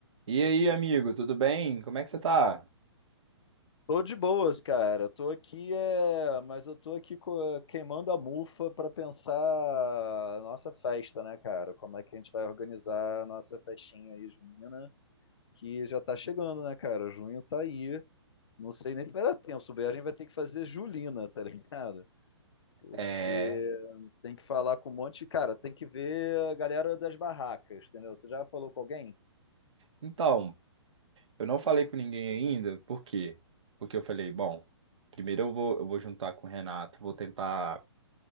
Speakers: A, on the right; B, on the left.
A: E aí, amigo, tudo bem? Como é que você tá?
B: Tô de boas, cara. Tô aqui, é... mas eu tô aqui co- queimando a mufa pra pensar a nossa festa, né, cara? Como é que a gente vai organizar a nossa festinha aí, junina, que já tá chegando, né, cara? Junho tá aí. Não sei nem se vai dar tempo. Se bobear, a gente vai ter que fazer julina, tá ligado? Porque
A: É...
B: tem que falar com um monte de... Cara, tem que ver a galera das barracas, entendeu? Você já falou com alguém?
A: Então, eu não falei com ninguém ainda, por quê? Porque eu falei, bom, primeiro eu vou, eu vou juntar com o Renato, vou tentar